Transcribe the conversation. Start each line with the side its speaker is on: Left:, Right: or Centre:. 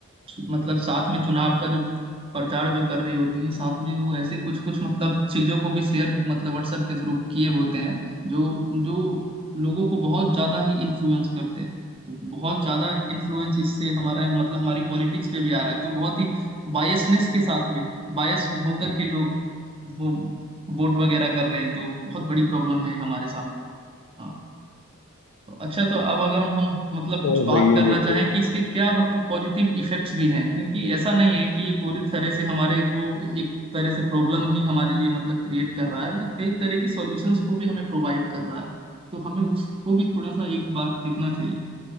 Right: चु- मतलब साथ में चुनाव का जो प्रचार जो कर रही होती हैं साथ में वो ऐसे कुछ कुछ मतलब चीजों को भी शेयर मतलब व्हाट्सएप के थ्रू किए होते हैं जो जो लोगों को बहुत ज्यादा ही इन्फ्लुएंस करते हैं तो बहुत ज्यादा इन्फ्लुएंस इससे हमारे मतलब हमारी पॉलिटिक्स पे भी आ रहा है तो बहुत ही बायसनेस के साथ में बायस्ड होकर के लोग वो वोट वगैरह कर रहे हैं तो बहुत बड़ी प्रॉब्लम है हमारे सामने हाँ तो अच्छा तो अब अगर हम हम मतलब कुछ
Left: और
Right: बात
Left: भाई ये
Right: करना
Left: देखिए
Right: चाहें कि इसके क्या मतलब पॉजिटिव इफेक्ट्स भी हैं क्योंकि ऐसा नहीं है कि ये पूरी तरह से हमारे को एक तरह से प्रॉब्लम ही हमारे लिए मतलब क्रिएट कर रहा है ये कई तरह की सॉल्यूशंस को भी हमें प्रोवाइड कर रहा है तो हमें उसको भी थोड़ा सा एक बार देखना चाहिए